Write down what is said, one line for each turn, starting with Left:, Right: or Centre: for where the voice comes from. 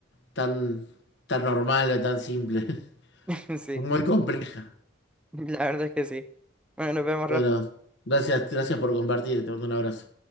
Left: tan, tan normal o tan simple, <laughs>
Centre: <laughs> Sí,
Left: muy compleja.
Centre: la verdad es que sí. Bueno, nos vemos,
Left: Bueno,
Centre: Rafa.
Left: gracias, gracias por compartir, te mando un abrazo.